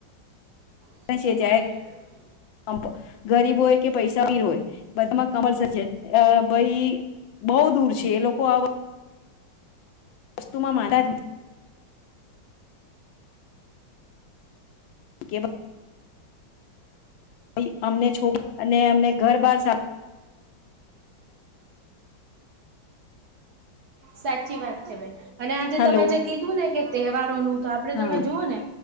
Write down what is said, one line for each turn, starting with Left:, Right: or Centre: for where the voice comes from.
Right: <inaudible>
Left: છે જ્યારે <inaudible> ગરીબ હોય કે પૈસાાવીર હોય બધામાં <inaudible> અ ભઈ બઉ દૂર છે એ લોકો આ વસ્તુ <unintelligible> નથી કે <unintelligible> અમને <inaudible> અને અમને ઘર બાર <inaudible>
Right: સાચી વાત છે ભાઈ અને
Left: હલો
Right: તમે જે કીધું ને તહેવારોનું તો આપડે
Left: હા
Right: તમે જુઓ ને